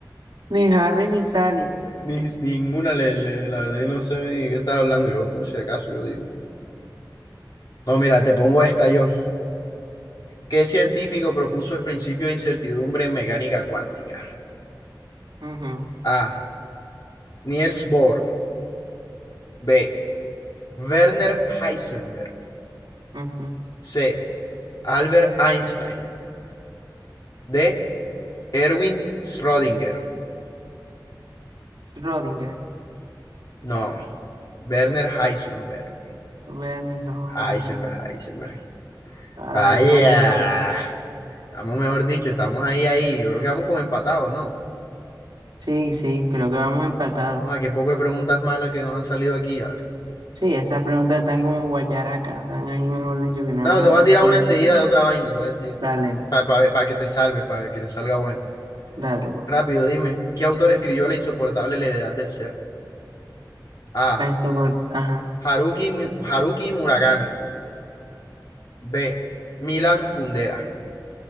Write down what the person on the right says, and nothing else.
Ni Harry ni Sally.
Ujú,
ujú.
Schrödinger.
A ver, mi ahora.
Ay,
hombre.
Sí, sí, creo que vamos empatados.
Sí, esas preguntas están como guayaracas, están ahí, mejor dicho, que nada
más
las
responde.
Dale,
dale, pues.
Nelson Gor- ajá,